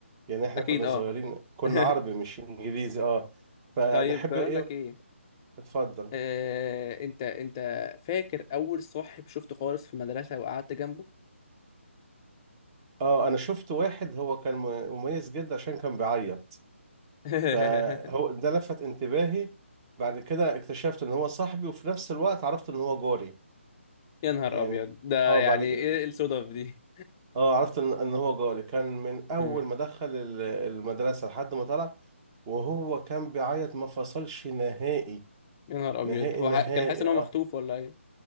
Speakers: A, on the right; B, on the left.
A: يعني إحنا
B: اكيد
A: كنا
B: اه
A: صغيرين كنا
B: <laughs>
A: عربي مش إنجليزي أه فنحب
B: طيب بقول
A: إيه
B: لك ايه
A: اتفضل
B: آه انت انت فاكر اول صاحب شفته خالص في المدرسة وقعدت جنبه
A: أه أنا شفت واحد هو كان م- مميز جدا عشان كان بيعيط
B: <laughs>
A: فهو ده لفت انتباهي بعد كده اكتشفت ان هو صاحبي وفي نفس الوقت عرفت ان هو جاري
B: يا نهار
A: يعني
B: ابيض ده
A: اه
B: يعني
A: بعد كده
B: ايه الصدف دي
A: اه عرفت ان ان هو جاري كان من اول
B: <laughs> مم.
A: ما دخل ال- المدرسة لحد ما طلع وهو كان بيعيط ما فصلش نهائي
B: يا نهار ابيض
A: نهائي
B: هو
A: نهائي
B: ح... كان حاسس ان
A: اه
B: هو مخطوف ولا ايه